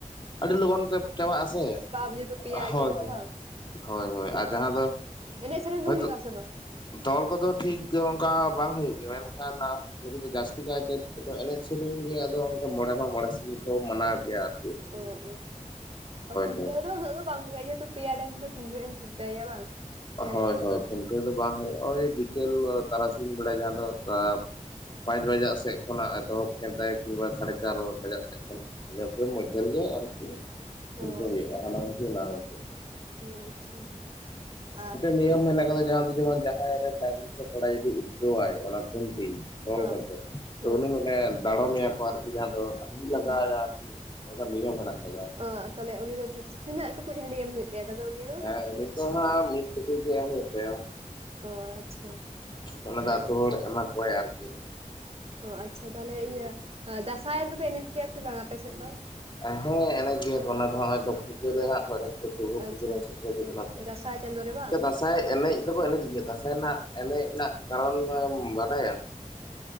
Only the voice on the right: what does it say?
ᱦᱮᱛᱚ ᱯᱮᱭᱟᱭ
ᱜᱮᱭᱟ
ᱠᱚ ᱵᱟᱝ?
ᱮᱱᱮᱡ ᱥᱮᱨᱮᱧ
ᱫᱚ ᱦᱩᱭᱩᱜ ᱟᱥᱮ ᱵᱟᱝ?
ᱚ-ᱚ ᱠᱷᱩᱱᱴᱟᱣ
ᱦᱤᱞᱚᱜ ᱫᱚ ᱟᱫᱚ ᱵᱟᱝ <unintelligible> ᱤᱭᱟᱹ ᱛᱚ ᱯᱮᱭᱟ ᱰᱟᱝᱨᱤ ᱫᱚ ᱛᱤᱱ ᱜᱷᱟᱲᱤᱡ ᱮᱢ ᱠᱷᱩᱱᱴᱟᱣᱟᱭᱟ ᱵᱟᱝ? ᱦᱮᱸ
ᱚ
ᱚ ᱟᱪᱪᱷᱟ, ᱟᱨ
ᱦᱚᱸ
ᱦᱚᱸ
ᱦᱮᱸ
ᱚ ᱛᱟᱦᱚᱞᱮ ᱩᱱᱤ ᱫᱚ ᱛᱤ-ᱛᱤᱱᱟᱹᱜ ᱴᱩᱠᱩᱡ ᱦᱟᱺᱰᱤ ᱮᱢ ᱦᱩᱭᱩᱜ? <inaudible> ᱩᱱᱤ ᱫᱚ
ᱚ ᱟᱪᱪᱷᱟ
ᱚ
ᱚ ᱟᱪᱪᱷᱟ ᱛᱟᱦᱚᱞᱮ ᱤᱭᱟᱹ ᱫᱟᱸᱥᱟᱭ ᱫᱚ ᱯᱮ ᱮᱱᱮᱡ ᱜᱮᱭᱟ ᱥᱮ ᱵᱟᱝ ᱟᱯᱮ ᱥᱮᱫ ᱫᱚ?
ᱟᱪᱪᱷᱟ
ᱦᱮᱸ
ᱫᱟᱸᱥᱟᱭ ᱪᱟᱸᱫᱳ ᱨᱮ ᱵᱟᱝ?